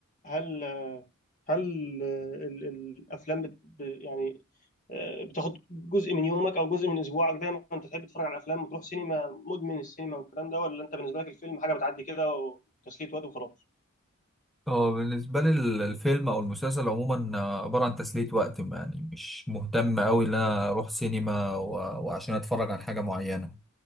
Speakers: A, on the left; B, in the centre.
A: هل هل ال- ال- الافلام بت ب- يعني آه، بتاخد جزء من يومك او جزء من اسبوعك دايما انت تحب تتفرج على الافلام وتروح سينما مدمن السينما والكلام ده ولا انت بالنسبه لك الفيلم حاجه بتعدي كده وتسليه وقت وخلاص
B: هو بالنسبة لي ال- الفيلم أو المسلسل عموما آه، عبارة عن تسلية وقت يعني مش مهتم أوي إن أنا أروح سينما و... وعشان أتفرج عن حاجة معينة